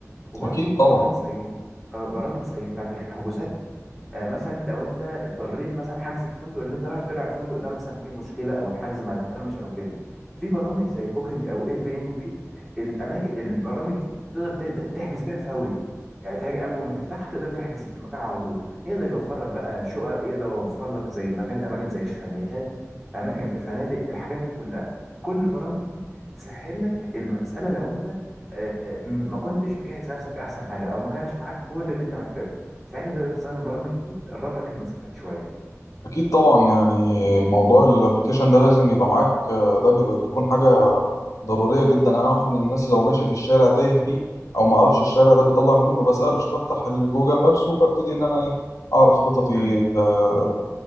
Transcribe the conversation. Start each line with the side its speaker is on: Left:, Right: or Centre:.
Centre: وبرده
Left: اكيد
Centre: برامج
Left: طبعا
Centre: زي آه، برامج زي بتاعه الحجوزات آه، مثلا لو انت اضطريت مثلا حجز الفندق اللي انت رايح طلع الفندق ده مثلا فيه مشكله او الحجز ما تمش او كده في برامج زي بوكينج او اير بي ان بي الاماكن البرامج دي تقدر ت- تحجز بيها فوري يعني تحج- اول ما تفتحها تقدر تحجز في مكان على طول يقدر يوفر لك بقى شقق يقدر يوفر لك زي مكان اماكن زي شاليهات اماكن في فنادق الحاجات دي كلها كل البرامج دي تسهل لك المساله لو انت آه، ما كنتش مجهز نفسك احسن حاجه او ما كانش معاك كل اللي انت محتاجه ساعتها تقدر تستخدم برامج دي تقرب لك المسافات شويه
Left: اكيد طبعا يعني موضوع الابلكيشن ده لازم يبقى معاك آه، ده بيبقى- بيكون حاجه ضروريه جدا انا واحد من الناس لو ماشي في الشارع تايه فيه او ما اعرفش الشارع ده بيطلع منين ما بسالش بفتح الجوجل مابس وببتدي ان انا ايه اعرف خططي
Centre: مم.
Left: آه،